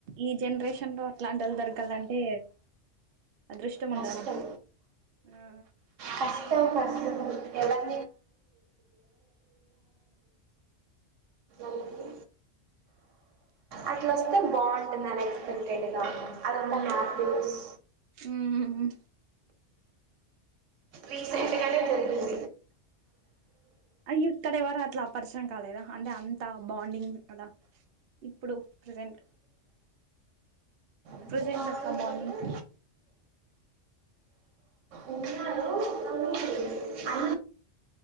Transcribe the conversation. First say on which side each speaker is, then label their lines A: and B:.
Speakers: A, on the right; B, on the right.
A: ఈ జెన్రేషన్ లో అట్లాంటోల్లు దొరకాలంటే అదృష్టం
B: కష్టం
A: ఉండాలా ఆ
B: కష్ తోని కష్టం ఎలా <unintelligible> <unintelligible> మళ్లీ అట్లాొస్తే బాగుంటుందని ఎనెక్స్పెక్టెడ్గ అదొకటి
A: అవును
B: నాక్ తెల్స్
A: ఉమ్
B: రీసెంట్గానే జరిగింది
A: అయ్యో ఇత్తడ ఎవరాట్ల పరిచయం కాలేదా అంటే అంత బాండింగ్ అద ఇప్పుడు ప్రిజెంట్
B: ఇంకా
A: ప్రెజెంట్ అక్క బాన్నింగ్
B: ఇన్నడుగు <unintelligible>